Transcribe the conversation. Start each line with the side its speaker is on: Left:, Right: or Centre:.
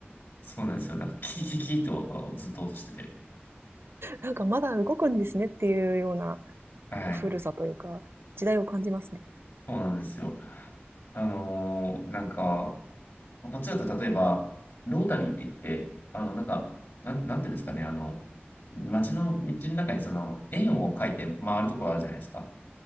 Left: そうなんですよ。なんか、キリキリキリって音がずっと落としてて。
Right: えーなんかまだ動くんですねっていうような
Left: はい。
Right: 古さというか、時代を感じますね。
Left: そうなんですよ。あのーなんか、パツだと例えば、ロータリーって言って、あの、なんか、なん、なんていうんですかね、あの、街の道の中にその円を描いて回るところあるじゃないですか。